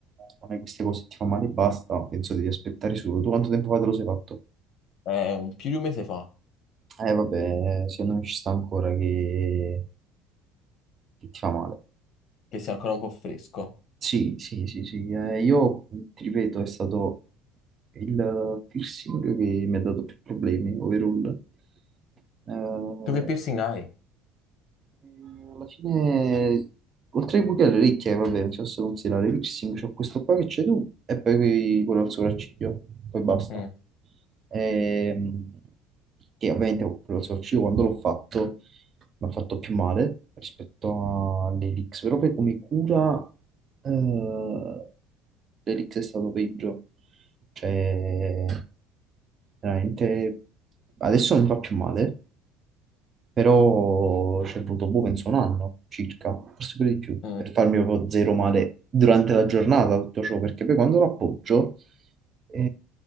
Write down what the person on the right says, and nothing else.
non hai queste cose ti fa male e basta, penso devi aspettare solo. Tu quanto tempo fa te lo sei fatto?
Eh vabbè, secondo me ci sta ancora che, che ti fa male.
Sì, sì, sì, sì. eh, io ti ripeto, è stato il piercing che mi ha dato più problemi, overall. Eh,
Eh, Alla fine, oltre ai buchi alle orecchie, vabbè, non si possono considerare. Lipsing, c'ho questo qua che c'è tu e poi quello al sopracciglio, poi basta
ehm, che ovviamente lo Source io quando l'ho fatto mi ha fatto più male rispetto all'Elix, però poi come cura eh, l'Elix è stato peggio, cioè veramente adesso non mi fa più male, però ci è voluto boh, penso un anno circa, forse pure di più,
per farmi proprio zero male durante la giornata tutto ciò, perché poi quando lo appoggio e